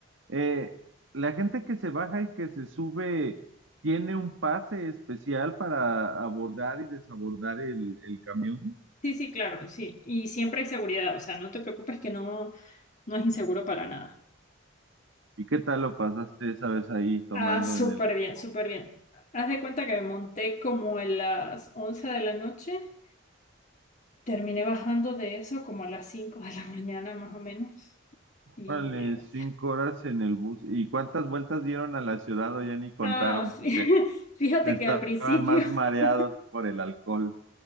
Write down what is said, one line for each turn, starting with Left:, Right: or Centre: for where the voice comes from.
Right: eh, la gente que se baja y que se sube tiene un pase especial para abordar y desabordar el, el camión.
Left: Sí, sí, claro, sí, y siempre hay seguridad, o sea, no te preocupes que no, no es inseguro para nada.
Right: ¿Y qué tal lo pasaste esa vez ahí tomando
Left: Ah, súper
Right: en el...
Left: bien, súper bien. Haz de cuenta que me monté como a las 11 de la noche, terminé bajando de eso como a las 5 de la <laughs> mañana más o menos. Y
Right: Vale,
Left: eh,
Right: cinco horas en el bus. ¿Y cuántas vueltas dieron a la ciudad? O ya ni contaron
Left: Ah, fí-
Right: porque
Left: <laughs> fíjate
Right: estaban
Left: que al principio,
Right: más mareados
Left: <laughs>
Right: por el alcohol.